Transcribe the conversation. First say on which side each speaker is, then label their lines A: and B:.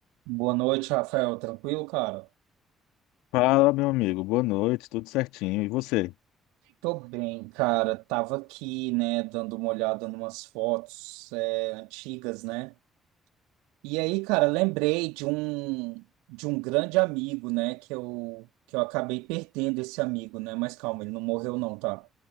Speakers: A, on the right (about 65°); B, on the left (about 65°).
A: Boa noite, Rafael. Tranquilo, cara?
B: Fala, meu amigo. Boa noite, tudo certinho. E você?
A: Tô bem, cara. Tava aqui, né, dando uma olhada numas fotos, é, antigas, né? E aí, cara, lembrei de um de um grande amigo, né, que eu que eu acabei perdendo esse amigo, né? Mas calma, ele não morreu não, tá?